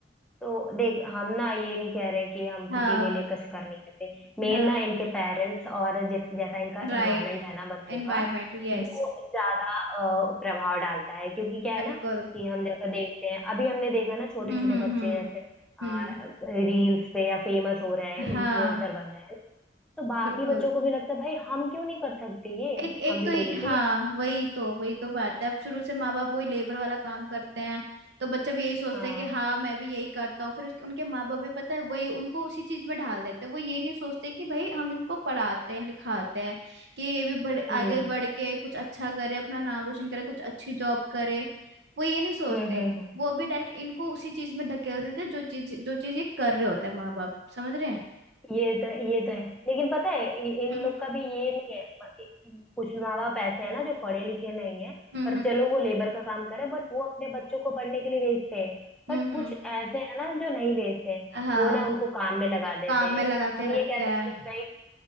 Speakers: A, in the centre; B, on the right (about 70°).
A: तो देख हम ना ये नहीं कह रहे कि हम किसी
B: हाँ
A: के लिए कुछ कर नहीं सकते
B: हाँ
A: मेन ना इनके पेरेंट्स और जिस जैसा इनका
B: राइट
A: इन्वायरमेंट है ना बच्चों
B: Environment
A: का
B: yes
A: वो ज्यादा अ, प्रभाव डालता है क्योंकि क्या है
B: बिल्कुल
A: ना कि हम जैसा देखते हैं अभी हमने देखा ना छोटे
B: हम्म
A: छोटे
B: हम्म
A: बच्चे
B: हम्म
A: जैसे
B: हम्म
A: रील्स पे या फेमस हो रहे हैं इन्फ्लुएंसर
B: हाँ
A: बन रहे हैं तो बाकी
B: बिल्कुल
A: बच्चों को भी लगता है भाई हम क्यों नहीं कर सकते ये
B: एक एक
A: हम भी
B: तो ये-
A: तो उन्हीं
B: हाँ
A: के
B: वही तो वही तो बात है अब शुरू से माँ बाप वही लेबर वाला काम करते हैं तो बच्चा भी यही सोचता
A: हाँ
B: है कि हाँ मैं भी यही करता हूँ फिर उसके उनके माँ बाप भी पता है वही उनको उसी चीज में ढाल देते हैं वो ये नहीं सोचते कि भाई हम इनको पढ़ाते हैं लिखाते हैं कि ये भी बढ़
A: हम्म
B: आगे बढ़ के कुछ अच्छा करे अपना नाम रोशन करे कुछ अच्छी जॉब करे वो ये नहीं सोचते
A: हम्म हम्म हम्म
B: वो भी डायरेक्ट इनको उसी चीज में धकेल देते हैं जो चीज जो चीज ये कर रहे होते हैं माँ बाप समझ रहे हैं
A: ये तो ये तो है लेकिन पता है इ- इन
B: हम्म
A: लोग का भी ये नहीं है कुछ माँ बाप ऐसे हैं ना जो पढ़े लिखे नहीं है
B: हम्म
A: पर
B: हम्म
A: चलो वो लेबर का काम करे बट वो अपने बच्चों को पढ़ने के लिए भेजते हैं
B: हम्म
A: बट
B: हम्म,
A: कुछ ऐसे हैं ना जो नहीं भेजते हैं
B: हाँ
A: वो ना उनको काम में लगा देते
B: काम में
A: हैं
B: लगा के
A: हम
B: रखते
A: ये कह
B: हैं
A: सकते हैं कि भाई